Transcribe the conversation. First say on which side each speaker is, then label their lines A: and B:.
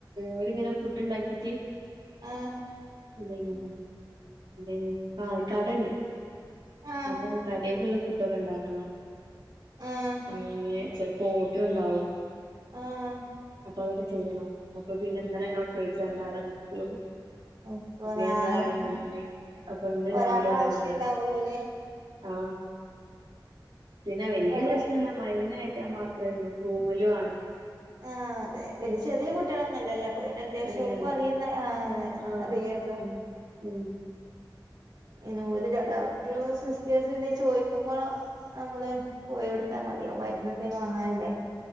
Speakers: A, on the right; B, on the right.
A: ഓരിങ്ങനെ ഫുഡ് ഉണ്ടാക്കീറ്റ്
B: ആഹ്
A: എന്തേയിന് എന്തേയിന് ആ കടണ്ട്
B: ആഹ്
A: അപ്പം കടേലുള്ള ഫുഡൊക്കെ ഉണ്ടാക്കണം
B: ആഹ്
A: അങ്ങനെ ചിലപ്പോ ഓർഡർ ഉണ്ടാവും
B: ആഹ്
A: അപ്പൊ അതൊക്കെ ചെയ്യണം അപ്പൊ പിന്നെ ഇന്നലെ എന്നോട് ചോദിച്ചന്നാട നിക്കൊന്നു
B: ഇപ്പൊ
A: അപ്പ
B: നാല്
A: ഞാനിന്നലെ ആടെ നിന്ന് അപ്പൊ ഇന്ന് രാവിലെ
B: ഒരാളാവശ്യം
A: ഓര് വന്ന്
B: ഉണ്ടാവുള്ളൂല്ലേ
A: ആഹ പിന്നെ വലിയ
B: ഒരാ
A: പ്രശ്നല്ല മരുന്ന് കേറ്റാന്മാ അത്രേള്ളൂ റൂമിലുമാണ്
B: ആ അതെ പിന്നെ ചെറിയ കുട്ടികളൊന്നുംല്ലല്ലോ അപ്പൊപ്പിന്നെ അത്യാവശ്യം
A: അല്ലല്ല
B: ഓക്കും അറിയുന്ന ആ് അതെ
A: ആഹ്
B: അറിയേണ്ട
A: ഉം ഉം
B: ഇത് പോലെ ഡോക്ടറും സിസ്റ്റേഴ്സും എന്ത ചോദിക്കുമ്പോൾ നമ്മള് പോയോടുത്താൽ മതി മരുന്ന എന്തേും വാങ്ങാനില്ലേ